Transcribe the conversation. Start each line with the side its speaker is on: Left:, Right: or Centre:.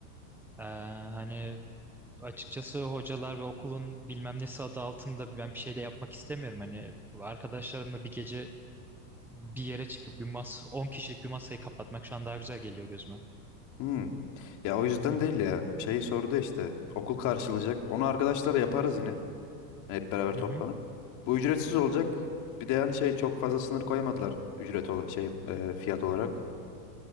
Centre: Ee, hani açıkçası hocalar ve okulun bilmem nesi adı altında ben bir şey de yapmak istemiyorum. Hani arkadaşlarımla bir gece bir yere çıkıp bir mas 10 kişilik bir masayı kapatmak şu an daha güzel geliyor gözüme.
Left: Hı. Ya o yüzden
Centre: Hı hı.
Left: değil ya. Şey sordu ya işte okul karşılayacak. Onu arkadaşlarla yaparız yine. Hep beraber toplanıp.
Centre: Hı hı.
Left: Bu ücretsiz olacak. Bir de yani şey çok fazla sınır koymadılar ücret ola şey e, fiyat olarak.